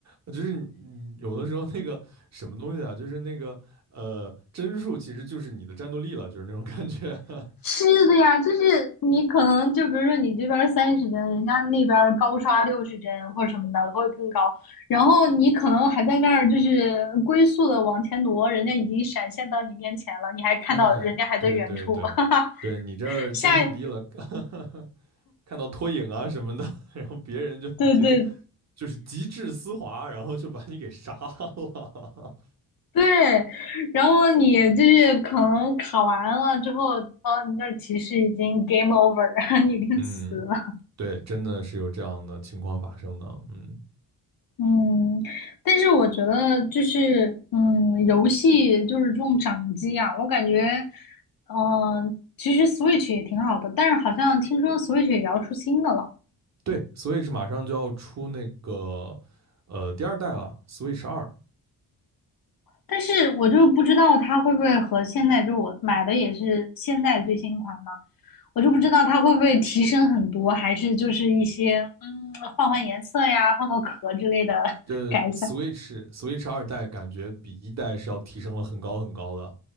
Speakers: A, on the right; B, on the left.
A: 就是你你有的时候那个什么东西啊，就是那个呃帧数其实就是你的战斗力了，就是那种感觉。<laughs>
B: 是的呀，就是你可能就比如说你这边三十帧，人家那边高刷六十帧或者什么的会更高，然后你可能还在那儿就是龟速的往前挪，人家已经闪现到你面前了，你还看到人家还在远处，
A: 哎，对对对，
B: <laughs> 哈哈，
A: 对你这儿帧数低了，
B: 下一，
A: <laughs> 看到拖影啊什么的，<laughs> 然后别人就已经
B: 对对
A: 就是极致丝滑，然后就把你给杀了。
B: 对，然后你就是可能卡完了之后，哦，你那儿提示已经 game over，<laughs>
A: <laughs>
B: 你已经死了，
A: 嗯，对，真的是有这样的情况发生的。嗯，
B: 嗯，但是我觉得就是，嗯，游戏就是这种掌机啊，我感觉，嗯、其实 Switch 也挺好的，但是好像听说 Switch 也要出新的了，
A: 对，Switch 马上就要出那个呃第二代了，Switch 二。
B: 但是我就不知道它会不会和现在就我买的也是现在最新款嘛，我就不知道它会不会提升很多，还是就是一些嗯换换颜色呀，换个壳之类的改善，
A: 这 Switch Switch 二代感觉比一代是要提升了很高很高的。